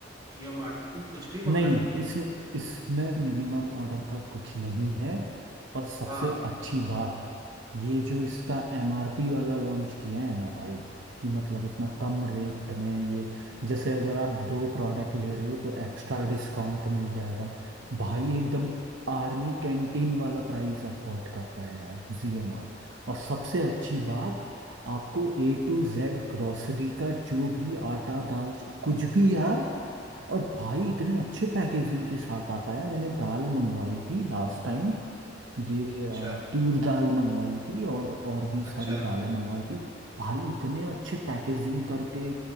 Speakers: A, on the right; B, on the right.
A: जियो मार्ट में तुम कुछ भी मंगा
B: नहीं
A: सकते
B: इसमें
A: हो
B: इसमें मिनिमम ऑर्डर का कुछ नहीं है और सबसे
A: हाँ
B: अच्छी बात ये जो इसका एमआरपी वाला लॉन्च किया है ना भाई कि मतलब इतना कम रेट में ये जैसे अगर आप दो प्रोडक्ट ले रहे हो तो एक्स्ट्रा डिस्काउंट मिल जाएगा भाई एकदम आर्मी कैंटीन वाला प्राइस अफोर्ड करता है यार जियो मार्ट और सबसे अच्छी बात आपको ए टू जेड ग्रोसरी का जो भी आटा दाल कुछ भी यार और भाई इतने अच्छे पैकेजिंग के साथ आता है मैंने दाल मंगवाई थी लास्ट टाइम ये
A: अच्छा
B: अ, तूर दाल मंगवाई थी और और भी सारी
A: अच्छा
B: दालें मंगवाई थी भाई इतने अच्छे पैकेजिंग करके